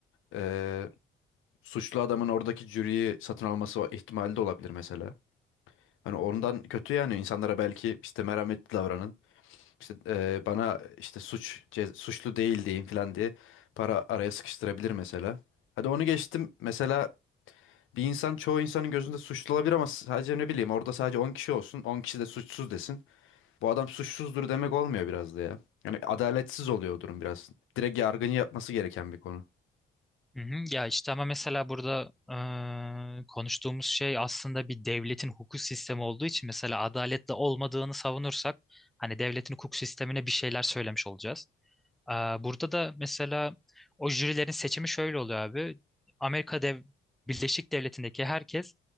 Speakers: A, on the left; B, in the centre.
A: eee, suçlu adamın oradaki jüriyi satın alması o ihtimali de olabilir mesela. Hani ondan kötü yani insanlara belki işte merhametli davranın işte eee, bana işte suç ce- suçlu değil diyeyim falan diye para araya sıkıştırabilir mesela. Hadi onu geçtim mesela bir insan çoğu insanın gözünde suçlu olabilir ama sadece ne bileyim orada sadece 10 kişi olsun 10 kişi de suçsuz desin. Bu adam suçsuzdur demek olmuyor biraz da ya. Yani adaletsiz oluyor o durum biraz. Direkt yargının yapması gereken bir konu.
B: hı hı. Ya işte ama mesela burada e, konuştuğumuz şey aslında bir devletin hukuk sistemi olduğu için mesela adaletle olmadığını savunursak hani devletin hukuk sistemine bir şeyler söylemiş olacağız. Aa, Burada da mesela o jürilerin seçimi şöyle oluyor abi. Amerika Dev Birleşik Devleti'ndeki herkes